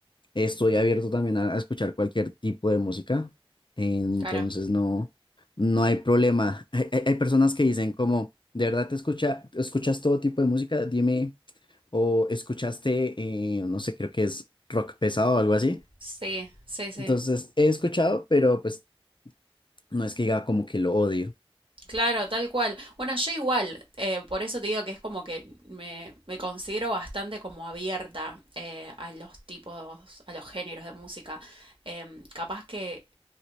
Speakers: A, on the left; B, on the right.
A: Estoy abierto también a, a escuchar cualquier tipo de música, entonces
B: Claro.
A: no, no hay problema. <laughs> Hay, hay- hay personas que dicen como, ¿de verdad te escucha, escuchas todo tipo de música? Dime, o escuchaste, eh, no sé, creo que es rock pesado o algo así.
B: Sí, sí, sí.
A: Entonces he escuchado, pero pues no es que diga como que lo odio.
B: Claro, tal cual. Bueno, yo igual, eh, por eso te digo que es como que me, me considero bastante como abierta eh, a los tipos, a los géneros de música. Em, capaz que